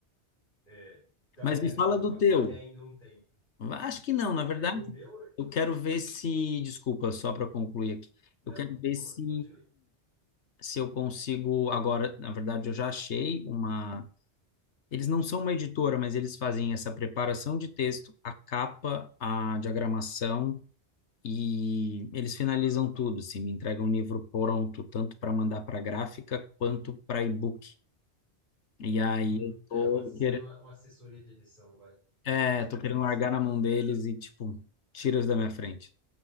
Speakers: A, on the left; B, on the left.
A: É, então,
B: Mas
A: é,
B: me fala
A: então
B: do
A: va-
B: teu.
A: vai ainda um tempo.
B: Acho que não, na verdade,
A: É, o meu.
B: eu quero ver se. Desculpa, só para concluir aqui.
A: Não,
B: Eu quero ver
A: por favor,
B: se
A: continue.
B: se eu consigo agora, na verdade, eu já achei uma. Eles não são uma editora, mas eles fazem essa preparação de texto, a capa, a diagramação e eles finalizam tudo. Se me entregam um livro pronto, tanto para mandar para gráfica quanto para e-book. E aí
A: Hum,
B: eu tô
A: é, uma- seria
B: querendo,
A: uma, uma assessoria de edição, vai.
B: é,
A: Assessoria
B: tô querendo
A: de edição.
B: largar na mão deles e tipo, tira-os da minha frente.